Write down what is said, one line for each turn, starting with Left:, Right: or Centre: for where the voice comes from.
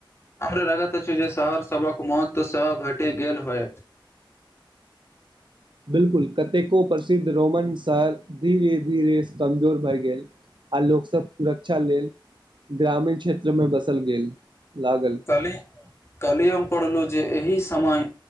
Left: हमरा लागत अछि छी जे शहर सबक महत्व सँ घटि गेल होय
Right: बिल्कुल कतेको प्रसिद्ध रोमन शर धीरे धीरे कमजोर भए गेल आ लोक सभ सुरक्षा लेल ग्रामीण क्षेत्र में बसल गेल लागल
Left: कल्हि कल्हि हम हम पढ़लहु जे एहि समय